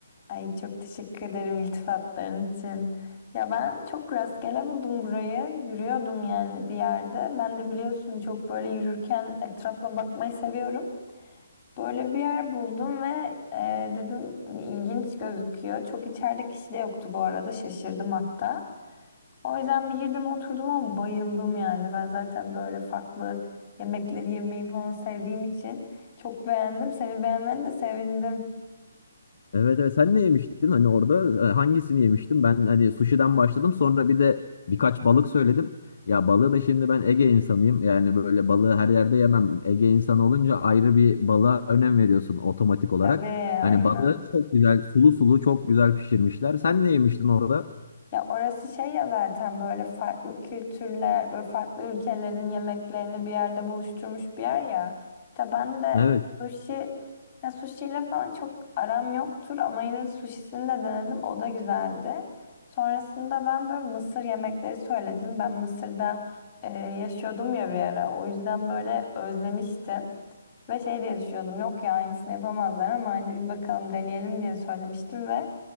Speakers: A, on the left (about 30°); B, on the left (about 55°).
A: Ay çok teşekkür ederim iltifatların için. Ya ben çok rastgele buldum burayı. Yürüyordum yani bir yerde. Ben de biliyorsun çok böyle yürürken etrafa bakmayı seviyorum. Böyle bir yer buldum ve e, dedim hani ilginç gözüküyor. Çok içeride kişi de yoktu bu arada. Şaşırdım hatta. O yüzden bir girdim oturdum ama bayıldım yani. Ben zaten böyle farklı yemekleri yemeyi falan sevdiğim için çok beğendim. Seni beğenmen de sevindim.
B: Evet evet sen ne yemiştin hani orada E, hangisini yemiştin? Ben hani sushi'den başladım sonra bir de birkaç balık söyledim. Ya balığı da şimdi ben Ege insanıyım. Yani böyle balığı her yerde yemem. Ege insanı olunca ayrı bir balığa önem veriyorsun otomatik olarak.
A: Tabii
B: Hani
A: aynen.
B: balığı çok güzel sulu sulu çok güzel pişirmişler. Sen ne yemiştin orada?
A: Ya orası şey ya zaten böyle farklı kültürler, böyle farklı ülkelerin yemeklerini bir yerde buluşturmuş bir yer ya. İşte ben de
B: Evet.
A: sushi, ya sushi ile falan çok aram yoktur ama yine de sushisini de denedim. O da güzeldi. Sonrasında ben böyle Mısır yemekleri söyledim. Ben Mısır'da e, yaşıyordum ya bir ara. O yüzden böyle özlemiştim. Ve şey diye düşünüyordum yok ya aynısını yapamazlar ama hani bir bakalım deneyelim diye söylemiştim ve